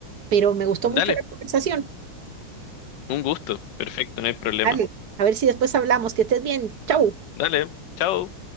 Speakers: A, on the right; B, on the left.
A: pero me gustó
B: dale.
A: mucho la conversación.
B: Un gusto, perfecto, no hay problema.
A: Dale, a ver si después hablamos. Que estés bien. Chau.
B: Dale, chao.